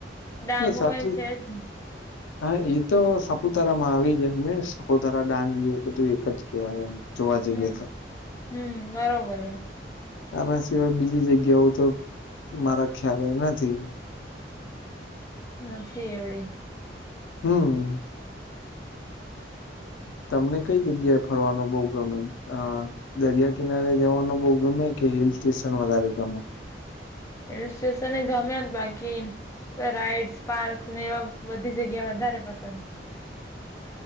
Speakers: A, on the left; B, on the left.
A: ડાંગમાં
B: બસ આટલી
A: છે જ ને.
B: હા એ તો સાપુતારા માં આવી જાય ને સપુતારા ડાંગી એ બધું એક જ કેવાય એમ જોવા જઈએ
A: હમ
B: તો
A: હમ બરોબર
B: આના સિવાય બીજી જગ્યાઓ તો મારા ખ્યાલ નથી
A: નથી એવડીે
B: હમ તમને કઈ જગ્યાએ ફરવાનો બોહ ગમે હ દરિયા કિનારે જવાનું બહુ ગમે કે હિલ સ્ટેશન વધારે ગમે
A: હિલ સ્ટેશન એ ગમે બાકી રાઈડ્સ પાર્કસ એવા બધી જગ્યા વધારે પસંદ